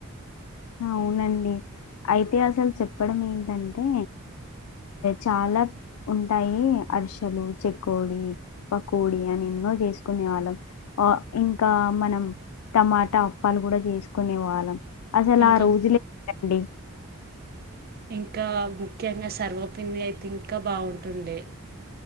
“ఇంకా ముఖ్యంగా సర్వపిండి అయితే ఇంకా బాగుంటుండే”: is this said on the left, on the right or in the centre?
Right